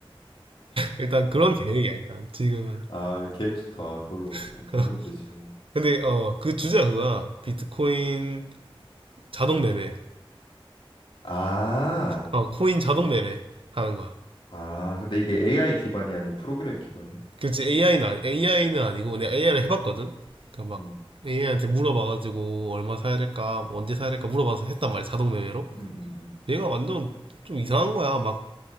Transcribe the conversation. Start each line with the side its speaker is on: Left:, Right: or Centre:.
Right: 일단 그런 계획이야, 일단. 지금은.
Left: 아, 계획 좋다. 그걸로
Right: <laughs>
Left: 돈 벌면 되지 뭐.
Right: 근데, 어, 그
Left: 그래.
Right: 주제가 그거야. 비트코인 자동 매매.
Left: 아,
Right: 어, 코인 자동 매매 하는 거야.
Left: 아, 근데 이게 AI 기반이 아니야. 프로그램 기반이야?
Right: 그치, AI는, 아니, AI는 아니고, 내가 AI를 해봤거든? 그니까 막,
Left: 응.
Right: AI한테 물어봐가지고, 얼마 사야 될까, 뭐 언제 사야 될까 물어봐서 했단 말이야, 자동 매매로.
Left: 음, 음, 음,
Right: 얘가 완전 좀 이상한 거야. 막,